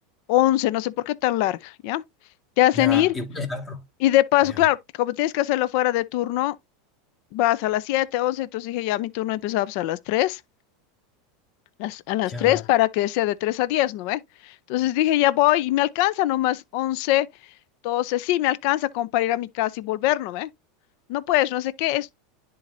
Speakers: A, on the left; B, on the left.
A: 11. no sé por qué tan larga, ¿ya? Te hacen
B: Ya,
A: ir
B: igual es harto.
A: y de paso,
B: Ya,
A: claro, como tienes que hacerlo fuera de turno, vas a las 7, 11. entonces dije, ya mi turno empezaba pues, a las 3. las- a las
B: ya,
A: 3 para que sea de 3 a 10, ¿no ve? Entonces dije, ya voy y me alcanza nomás once, doce, sí, me alcanza como para ir a mi casa y volver, ¿no ve? No puedes, no sé qué, es,